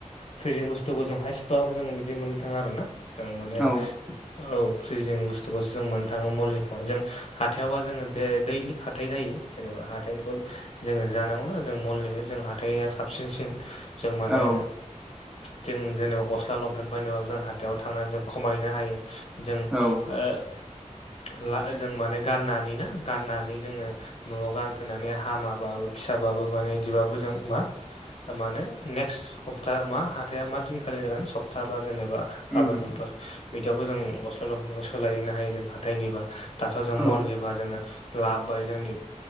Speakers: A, on the left (about 50°); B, in the centre.
A: फ्रिजिं बुस्थुखौ जों हाइ स्पाव जों बिदि मोननो थाङा आरोना। ओं माने
B: औ
A: औ फ्रिजिं बुस थु खौसो जों मोननो थाङो मलनिखौ जों हाथायावबा जोंङो दैलि हाथाय जायो जेनेबा हाथाइनिखौ जोंङो जानांगौना जों मलनिफ्राय जों हाथाया साबसिनसिन जों माने
B: औ
A: जों जेनेबा गस्ला लंपेन्ट बायनोबो जों हाथायाव थांनानै जों खमायनो हायो जों
B: औ
A: ओ जों माने गाननानै ना गाननानै जोंङो न'आव गानफैनानै हामाबाबो फिसाबाबो माने बिदिबाबो जों मा माने नेक्स्ट सप्ता मा हाथाइा मा दिनखालि जागोन सप्ता बा जेनेबा
B: उम
A: गाबोन समफोर बिदियावबो जों गस्ला लंपेन सोलायहैनो हायो जों हाथाइनिबा दाथ' जों
B: औ
A: मलनिबा जोंङो लाबोबाय जोंनि